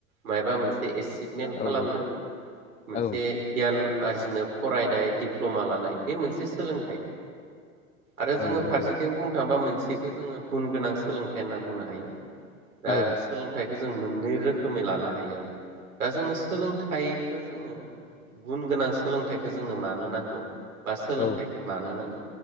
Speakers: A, on the right; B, on the left.
A: मायबा मोनसे एसिभमेन्ट खालामनो
B: औ
A: मोनसे
B: औ
A: जे गियान आरजिनो फरायनाय डिप्ल'मा लानाय बे मोनसे सोलोंथाइ। आरो जोंङो
B: औ नंगौ
A: फारसेथिं बुंनो थांबा मोनसे बिखौ जोंङो गुन गोनां सोलोंथाइ होनना बुंनो हायो दा
B: औ
A: सोलोंथाइखौ जों मोननै रो रोखोमै लानो हायो आरो दा जोंनो सोलोंथाइखो जोङो गुन गोनां सोलोंथाइखो जोंनो मानो नांगौ बा सोलोंथाइखो
B: औ
A: मानो नांगौ